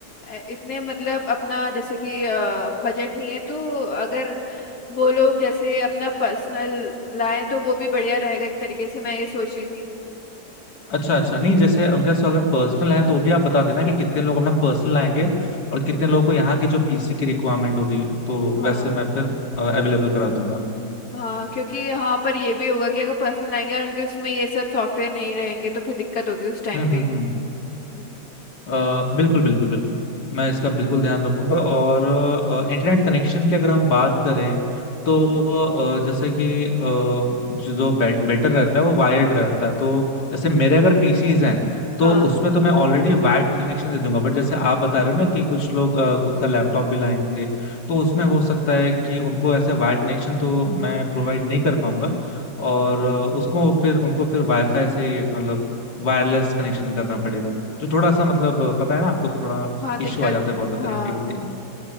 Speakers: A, on the left; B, on the left.
A: अ, इतने मतलब अपना जैसे कि बजट नहीं है तो अगर वो लोग जैसे अपना पर्सनल लाए तो वो भी बढ़िया रहेगा एक तरीके से मैं ये सोची थी
B: अच्छा अच्छा नहीं जैसे उनके पास अगर पर्सनल है तो वो भी आप बता देना कि कितने लोग अपना पर्सनल आएंगे और कितने लोगों को यहाँ के जो पीसी की रिक्वायरमेंट होगी तो
A: हाँ
B: वैसे मैं फिर अवेलेबल करा दूंगा
A: हाँ क्योंकि यहाँ पर ये भी होगा कि अगर पर्सनल आएंगे और उनके उसमें ये सब सॉफ्टवेयर नहीं रहेंगे तो फिर दिक्कत होगी उस टाइम
B: हम्म
A: पे
B: हम्म हम्म
A: हम्म
B: अ, बिल्कुल बिल्कुल बिल्कुल मैं इसका बिल्कुल ध्यान रखूंगा और इंटरनेट कनेक्शन की अगर हम बात करें तो अ, जैसे कि अ, जो बेट, बेटर रहता है वो वायर्ड रहता है तो जैसे मेरे अगर पीसीज हैं तो
A: हाँ
B: उसमें तो मैं ऑलरेडी वायर्ड कनेक्शन दे दूंगा बट जैसे आप बता रहे हो ना कि कुछ लोग अ, खुद का लैपटॉप भी लाएंगे तो उसमें हो सकता है कि उनको ऐसे वायर्ड कनेक्शन तो मैं प्रोवाइड नहीं कर पाऊंगा और अ, उसको फिर उनको फिर वाईफाई से मतलब वायरलेस कनेक्शन करना पड़ेगा जो थोड़ा सा मतलब पता है ना आपको थोड़ा
A: हाँ
B: इश्यू
A: दिक्कत
B: आ जाता है बहुत
A: हाँ
B: कनेक्टिविटी में।